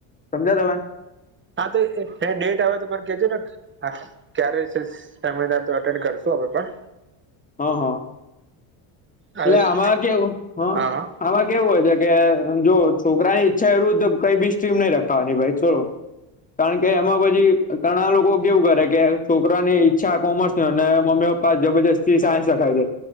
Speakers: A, on the left; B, on the right.
A: સમજ્યા તમે.
B: હા તો એ ડેટ આવે તો મને કેજો ને. હા ક્યારે સેમિનાર તો એટેન્ડ કરશું અમે પણ.
A: હ. હ.
B: હા
A: એટલે આમાં કેવું હ.
B: હા
A: આમાં કેવું હોય છે કે જો છોકરાની ઈચ્છા વિરોધ કઈ બી સ્ટ્રીમ નહી રખાવાની ભાઈ ચલો. કારણ કે એમાં પછી ઘણા લોકો કેવું કરે કે છોકરાની. અચ્છા કોમર્સ અને મમ્મી પપ્પા જબરજસ્તી સાયન્સ રખાવી દે